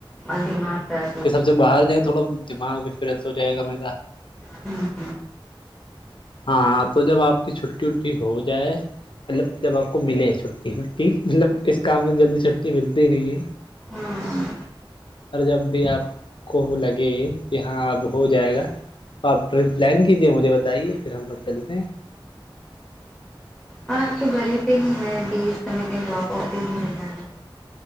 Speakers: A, in the centre; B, on the left.
A: الدی مست آ
B: اس سے باہر جائیں تھوڑا دماغ بھی فریش ہو جائے گا میرا
A: ہاں
B: ہاں تو جب آپ کی چھٹی وٹی ہو جائے مطلب جب آپ کو ملے چ مطلب اس کام میں جلدی چھٹی ملتی نہیں ہے
A: ہاں
B: اور جب بھی آپ کو لگے کہ ہاں اب ہو جائے گا تو آپ ٹرپ پلان کیجیے مجھے ب جائیے پھر ہم لوگ چلتے ہیں
A: اور آپ تو گری پہ ہی ہیں ا اس طرح کہیں جاب آفی بھی مل جائے